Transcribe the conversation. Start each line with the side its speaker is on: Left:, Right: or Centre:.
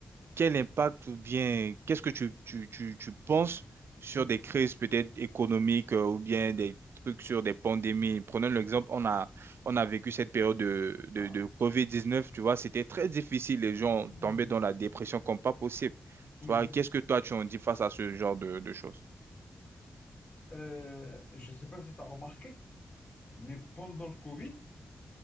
Right: quel impact ou bien qu'est-ce que tu, tu, tu, tu penses sur
Left: oui.
Right: des crises peut-être économiques euh, ou bien des trucs sur des pandémies? Prenons l'exemple, on a, on a vécu cette période de, de,
Left: Ah,
Right: de COVID-19, tu vois, c'était très difficile, les gens
Left: mm,
Right: tombaient dans la dépression comme pas possible.
Left: oui,
Right: Tu vois,
Left: oui.
Right: qu'est-ce que toi tu en dis face à ce genre de, de choses?
Left: Euh, je ne sais pas si tu as remarqué, mais pendant le Covid,